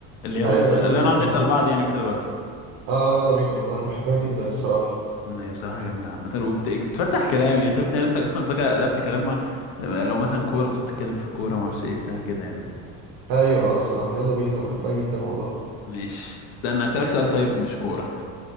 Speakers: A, on the left; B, on the right.
A: اللي هي بص
B: ايوه يلا
A: لا
B: بينا
A: نقعد
B: والله
A: نسال بعض يعني وكده برضه
B: اه يلا بينا والله انا بحبها جدا الصراحه
A: أمم، هي بصراحه جامده عامه وبتفتح كلام يعني انت بتلاقي نفسك اصلا فجاه قلبت كلام مع- لو مثلا كوره بتقعد تتكلم في الكوره ما اعرفش ايه بتاع كده يعني
B: ايوه اه الصراحه يلا بينا أنا بحبها جدا والله
A: ماشي استنى اسالك سؤال طيب مش كوره